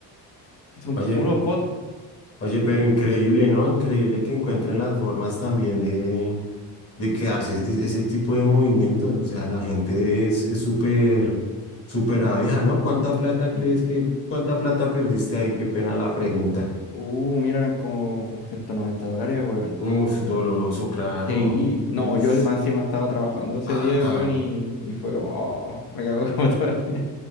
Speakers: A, on the left; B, on the left.
A: Y son
B: oye,
A: puros bots.
B: oye, pero increíble, ¿no? Increíble que encuentren las formas también de de quedarse. Es que ese tipo de movimientos, o sea, la gente es es súper, súper abeja, ¿no? ¿Cuánta plata
A: Sí.
B: crees que, cuánta plata perdiste ahí? Qué pena la pregunta.
A: Uh, mira, eran como 190 dólares, weón.
B: Uf, doloroso, claro.
A: Sí,
B: Uf,
A: no, yo más encima estaba trabajando ese
B: pata,
A: día, weón, y, y fue como, oh, me cago <laughs> como todo el día.